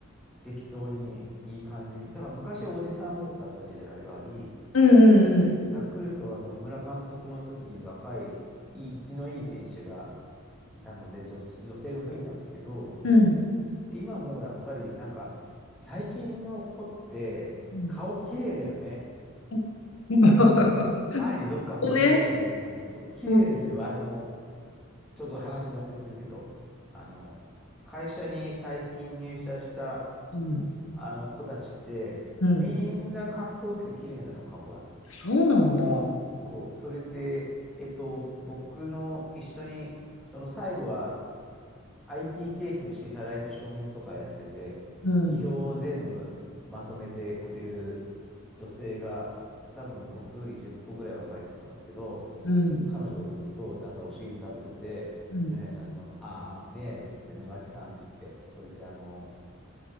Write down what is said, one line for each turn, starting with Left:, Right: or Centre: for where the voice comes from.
Centre: 適当にいい感じに。だから昔おじさん多かった時代があり、
Left: うんうん
Centre: ヤクルトは野村監督の時に若い、いい、気のいい選手がいたので、女子、女性も増えたんだけど、
Left: うん。うん。
Centre: 今もうやっぱりなんか最近の子って顔綺麗だよね。
Left: うん <laughs> うん。<laughs>
Centre: 前にどっか他のところで言ったんですけど、
Left: こね。
Centre: 綺麗ですよ。
Left: うん。
Centre: あの、ちょっと話脱線するけど、あの、会社に最近入社した
Left: うん
Centre: あの子たちって、
Left: うん
Centre: みんなかっこよくて綺麗なの、顔が。
Left: そうなんだ。
Centre: そう、それで、えっと、僕の一緒に、その最後は IT 経費の支払いと承認とかやってて、
Left: うん。
Centre: 企業を全部まとめてくれる女性が、多分僕より10個ぐらい若い人なんだけど、
Left: うん。
Centre: 彼女となんかお汁食べてて、
Left: うん。
Centre: ねえ、田島、ああ、ねえ、つってね、脇さんって言って、それであの、